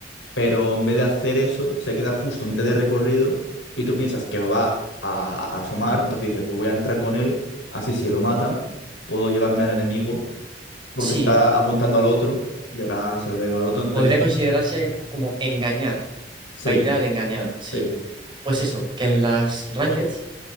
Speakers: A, on the left; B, on the right.
A: pero en vez de hacer eso, se queda justo a mitad de recorrido y tú piensas que va a, a asomar, entonces dices, pues voy a entrar con él, así si lo mata, puedo llevarme al enemigo, porque
B: Sí,
A: está
B: eh,
A: apuntando al otro y ahora se lo va a llevar al otro, entonces
B: Podría considerarse como engañar.
A: sí,
B: Baitear, engañar, sí.
A: sí, es
B: Pues eso, que en las rankeds,